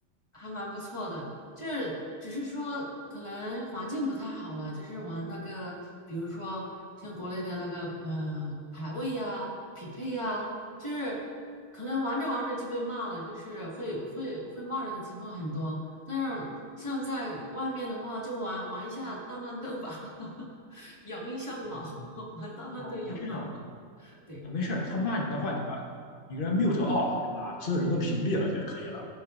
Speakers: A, on the left (about 20°); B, on the left (about 40°).
A: 还蛮不错的，就是只是说可能环境不太好了，就是玩那个，比如说像国内的那个嗯，排位呀、匹配呀，就是可能玩着玩着就被骂了，就是会会会骂人的情况很多。但是像在外面的话，就玩玩一下大乱斗吧，<laughs> 养一下老，
B: <laughs> 嗯，
A: <laughs> 玩大乱斗养老，
B: 哦，是这样的，
A: <laughs> 对。
B: 啊没事儿，他骂你的话，你把你给他 mute off，对吧？所有人都屏蔽了就可以了。